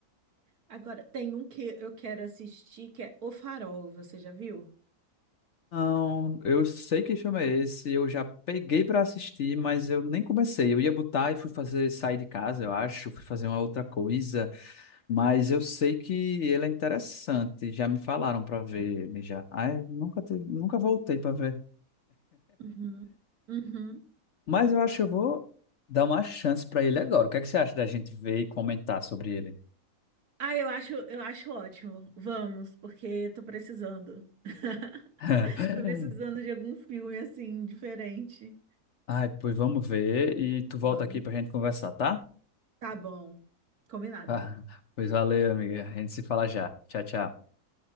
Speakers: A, on the right; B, on the left.
A: Agora, tem um que eu quero assistir, que é O Farol, você já viu?
B: Não, eu sei que filme é esse, eu já peguei pra assistir, mas eu nem comecei. Eu ia botar e fui fazer sair de casa, eu acho, fui fazer uma outra coisa, mas eu sei que ele é interessante, já me falaram pra ver ele já. Ai, nunca te- nunca voltei pra ver.
A: Uhum. Uhum.
B: Mas eu acho que eu vou dar uma chance pra ele agora. O que é que você acha da gente ver e comentar sobre ele?
A: Ah, eu acho, eu acho ótimo. Vamos, porque tô precisando. <laughs>
B: <laughs>
A: Tô precisando de algum filme assim, diferente.
B: Ai, pois vamos ver e tu volta
A: Vamos.
B: aqui pra gente conversar, tá? <laughs>
A: Tá bom. Combinado.
B: Ah, pois valeu, amiga. A gente se fala já. Tchau, tchau.